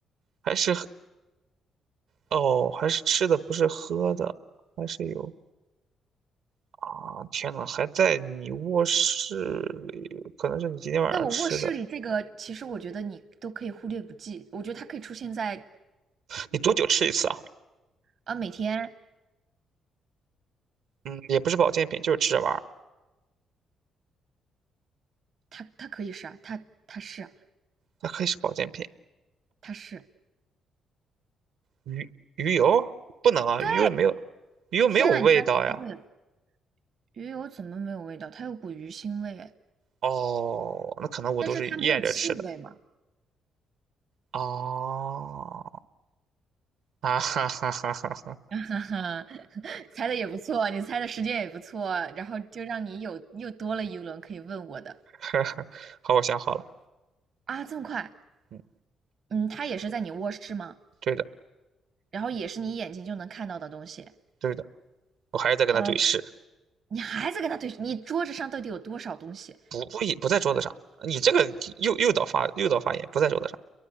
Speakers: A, on the right; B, on the right.
A: 还是喝哦，还是吃的，不是喝的。还是有啊！天呐，还在你卧室里，可能是你今天晚上吃的。
B: 在我卧室里，这个其实我觉得你都可以忽略不计。我觉得它可以出现在
A: 你多久吃一次啊？
B: 啊，每天
A: 嗯，也不是保健品，就是吃着玩儿。
B: 它它可以是啊，它它是啊，
A: 它可以是保健品。
B: 它是
A: 鱼鱼油不能啊，
B: 对。
A: 鱼油也没有，鱼油没有味道呀。
B: 天呐，你居然猜对了！鱼油怎么没有味道？它有股鱼腥味哎，
A: 哦，那可能我都是咽着吃的。
B: 但是它没有气味嘛。
A: 哦，啊哈哈哈哈，
B: <laughs> 哈哈，猜的也不错，你猜的时间也不错，然后就让你有又多了一轮可以问我的
A: <laughs> 好，我想好了，
B: 啊，这么快？
A: 嗯，
B: 嗯，它也是在你卧室吗？
A: 对的，
B: 然后也是你眼睛就能看到的东西。
A: 对的，我还是在跟他对视，
B: 呃，你还在跟他对，你桌子上到底有多少东西？
A: 不不一不在桌子上，你这个诱诱导发诱导发言不在桌子上，